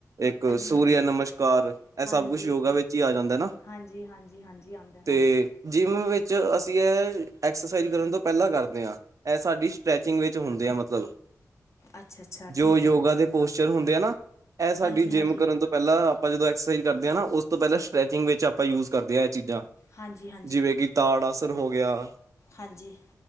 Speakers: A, on the right (about 55°); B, on the left (about 50°).
A: ਇੱਕ ਸੂਰਿਆ
B: ਹਾਂਜੀ ਹਾਂਜੀ
A: ਨਮਸਕਾਰ, ਇਹ
B: ਹਾਂਜੀ
A: ਸਭ ਕੁਛ ਯੋਗਾ ਵਿੱਚ ਹੀ ਆ ਜਾਂਦਾ ਨਾ।
B: ਹਾਂਜੀ ਹਾਂਜੀ ਹਾਂਜੀ ਆਉਂਦਾ ਹਾਂਜੀ
A: ਤੇ ਜਿਮ ਵਿੱਚ, ਅਸੀ ਇਹ ਐਕਸਰਸਾਈਜ਼ ਕਰਨ ਤੋਂ ਪਹਿਲਾਂ ਕਰਦੇ ਹਾਂ ਇਹ ਸਾਡੀ ਸਟਰੈਚਿੰਗ ਵਿੱਚ ਹੁੰਦੇ ਆ, ਮਤਲਬ
B: ਅੱਛਾ ਅੱਛਾ
A: ਜੋ
B: ਠੀਕ
A: ਯੋਗਾ
B: ਹੈ
A: ਦੇ ਪੋਸਚਰ ਹੁੰਦੇ ਆ ਨਾ, ਇਹ ਸਾਡੀ
B: ਹਾਂਜੀ ਹਾਂਜੀ
A: ਜਿੰਮ ਕਰਨ ਤੋਂ ਪਹਿਲਾਂ ਆਪਾਂ ਜਦੋਂ ਐਕਸਰਸਾਈਜ਼ ਕਰਦੇ ਹਾਂ, ਨਾ ਉਸ ਤੋਂ ਪਹਿਲਾਂ ਸਟੈਚਿੰਗ ਵਿੱਚ ਆਪਾਂ ਯੂਜ ਕਰਦੇ ਹਾਂ, ਇਹ ਚੀਜ਼ਾਂ
B: ਹਾਂਜੀ ਹਾਂਜੀ
A: ਜਿਵੇਂ
B: ਹਾਂਜੀ
A: ਕਿ, ਤਾੜ ਆਸਣ ਹੋ ਗਿਆ।
B: ਹਾਂਜੀ